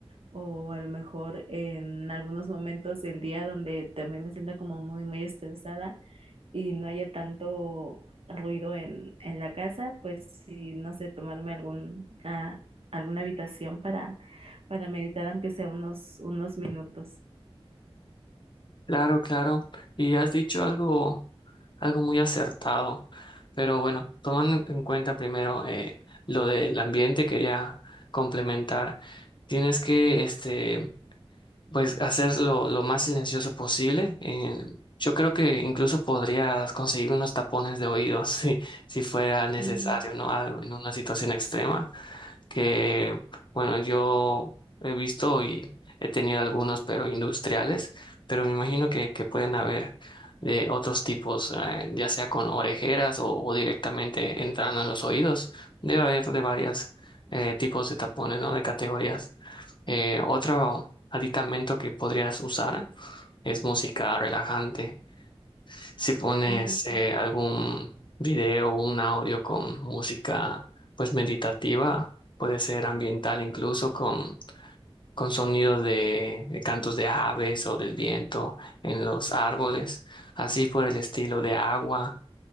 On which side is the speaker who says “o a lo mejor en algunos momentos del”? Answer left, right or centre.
Right